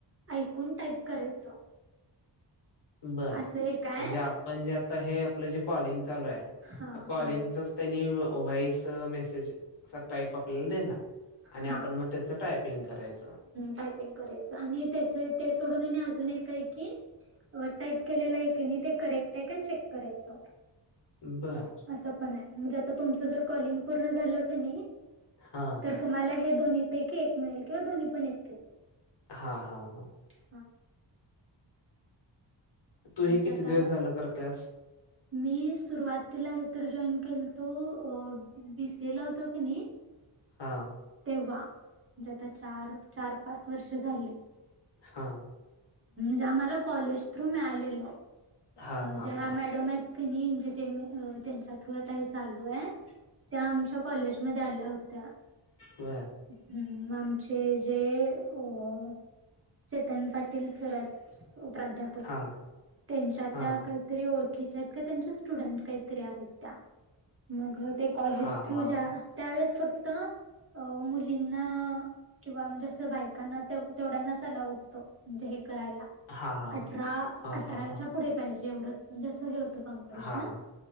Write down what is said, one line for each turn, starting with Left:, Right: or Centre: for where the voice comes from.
Right: ऐकून टाईप करायचं.
Left: बरं,
Right: असं एक काय
Left: म्हणजे आपण जे आता हे आपलं जे कॉलिंग चालू आहे त्या
Right: हा
Left: कॉलिंगच
Right: हा
Left: त्यांनी व्हॉईस मेसेज चा टास्क आपल्याला देणार. आणि
Right: हा
Left: आपल्याला मग त्याच टायपिंग करायचं.
Right: टायपिंग करायचं आणि त्याच ते सोडून आणि अजून एकय की. टाईप केलेला आहेी नाही ते करेक्ट आहे काय चेक करायचं.
Left: बर.
Right: असं पण आ. हे म्हणजे आता तुमचं जर कॉलिंग पूर्ण झालं का नाही.
Left: हां हां.
Right: तर तुम्हाला हे दोन्ही पैकी एक मिळेल किंवा दोन्ही पण येतील.
Left: हां हां हां.
Right: हा हम्म,
Left: तू हे
Right: ते
Left: किती
Right: आता
Left: दिवस झालं करत्यास?
Right: मी सुरुवातीला हे तर जॉईन केलतो. अं बी सी ए ला होतो कणी
Left: हा.
Right: तेव्हा. म्हणजे आता चार चार- पाच वर्ष झाली.
Left: हा.
Right: ज मला कॉलेज थ्रू मिळालेल
Left: हां, हां,
Right: ज्या
Left: हां.
Right: मॅडम. त्यांनी... म्हणजे जेनी.. अ... ज्यांच्या थ्रू आता हे चालू ए... त्या आमच्या कॉलेजमध्ये आल्या होत्या.
Left: व्हय.
Right: हुं... आमचे जे... अं चेतन पाटील सर आहेत प्राध्यापक...
Left: हां,
Right: त्यांच्या
Left: हां.
Right: त्या काही तरी ओळखीच्या आहेत का.. त्यांच्या स्टुडंट... काहीतरी आहेत त्या. मग होते कॉलेज
Left: हां,
Right: थ्रू
Left: हां.
Right: ज्या... त्यावेळेस फक्त... अ... मुलींना किंवा म्हणजे असं बायकांना तेव्ह... तेवढ्यांनाच अलाऊ होतं... म्हणजे हे करायला.
Left: हां, हां.
Right: अठरा...
Left: हां,
Right: अठराच्या
Left: हां, हां.
Right: पुढे पाहिजे एवढंच... म्हणजे असं हे होतं होतं कंपलशन...
Left: हां.